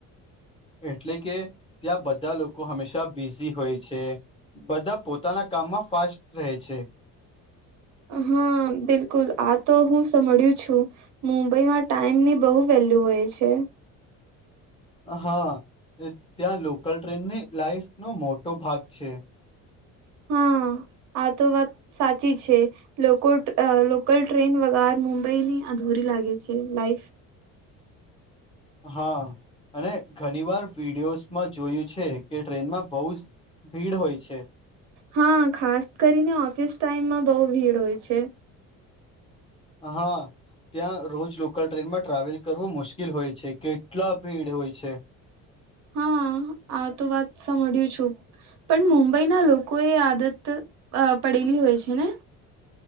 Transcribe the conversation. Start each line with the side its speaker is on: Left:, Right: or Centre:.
Left: એટલે કે ત્યાં બધા લોકો હંમેશા બિઝી હોય છે બધા પોતાના કામમાં ફાસ્ટ રહે છે
Right: હા બિલકુલ આ તો હું સાંભળ્યું છું મુંબઈમાં ટાઈમ ની બહુ વેલ્યુ હોય છે
Left: હા ત્યાં લોકલ ટ્રેનની લાઈફ નો મોટો ભાગ છે
Right: હા આ તો વાત સાચી છે લોકો અ લોકલ ટ્રેન વાર મુંબઈ ની અધૂરી લાગે છે લાઈફ
Left: હા અને ઘણી વાર વિડીયોસમાં જોયું છે કે ટ્રેનમાં બહુ જ ભીડ હોય છે
Right: હા ખાસ કરીને ઓફિસ ટાઈમમાં બહુ ભીડ હોય છે
Left: હા ત્યાં રોજ લોકલ ટ્રેનમાં ટ્રાવેલ કરવું મુશ્કેલ હોય છે કેટલા ભીડ હોય છે
Right: હા આ તો વાત સાંભળ્યું છું પણ મુંબઈના લોકો એ આદત અ પડેલી હોય છે ને